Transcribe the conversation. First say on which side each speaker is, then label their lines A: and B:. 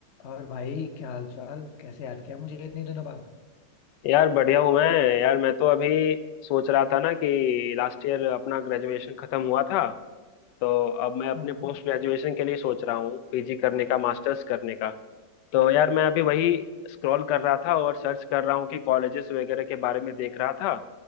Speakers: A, on the left (about 50°); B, on the left (about 75°).
A: और भाई क्या हाल चाल कैसे याद किया मुझे इतने दिनों बाद
B: यार बढ़िया हूँ मैं यार मैं तो अभी सोच रहा था ना कि लास्ट ईयर अपना ग्रेजुएशन खत्म हुआ था तो अब मैं अपने
A: हम्म
B: पोस्ट ग्रेजुएशन के लिए सोच रहा हूँ पीजी करने का मास्टर्स करने का तो यार मैं अभी वही स्क्रॉल कर रहा था और सर्च कर रहा हूँ कि कॉलेजेस वगैरह के बारे में देख रहा था